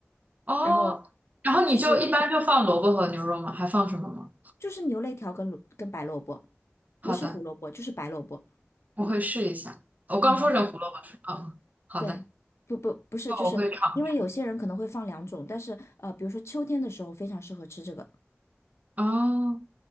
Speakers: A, on the right; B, on the left.
A: 哦，
B: 然后
A: 然后你就一般就放萝卜和牛肉吗？
B: 就是
A: 还放什么吗？
B: 就是牛肋条跟萝跟白萝卜，
A: 好的，
B: 不是胡萝卜就是白萝卜。
A: 我会试一下。我刚说成胡萝卜是吧，
B: 嗯，
A: 嗯，好的，
B: 对，不不不是，
A: 那我会尝试。
B: 就是因为有些人可能会放两种，但是呃，比如说秋天的时候非常适合吃这个，
A: 哦，